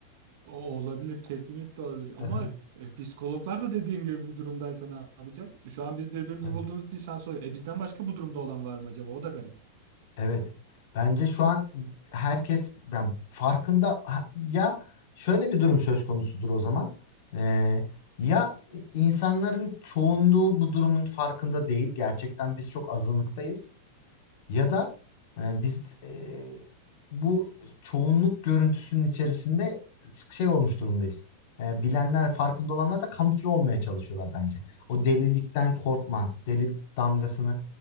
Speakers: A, on the right; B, on the left.
A: O olabilir kesinlikle olabilir ama
B: Aha.
A: e, psikologlar da dediğin gibi bir durumdaysa ne yapacağız? Şu an biz birbirimizi
B: Evet.
A: bulduğumuz için şanslı oluyor. E bizden başka bu durumda olan var mı acaba? O da garip.
B: Evet. Bence şu an herkes yani farkında ha- ya şöyle bir durum söz konusudur o zaman. Ee, ya insanların çoğunluğu bu durumun farkında değil. Gerçekten biz çok azınlıktayız. Ya da e, biz e, bu çoğunluk görüntüsünün içerisinde şey olmuş durumdayız. E, bilenler, farkında olanlar da kamufle olmaya çalışıyorlar bence. O delilikten korkma, delil damgasını